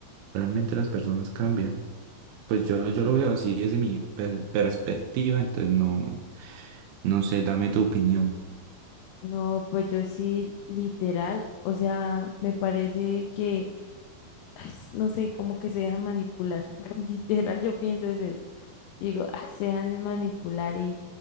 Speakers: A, on the right; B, on the left.
A: realmente las personas cambian. Pues yo, yo lo veo así desde mi per- perspectiva, entonces no, no sé, dame tu opinión.
B: No, pues yo sí, literal, o sea, me parece que, ay, no sé, como que se dejan manipular. <laughs> Literal, yo pienso es eso. Digo, "Ah, se dejan de manipular y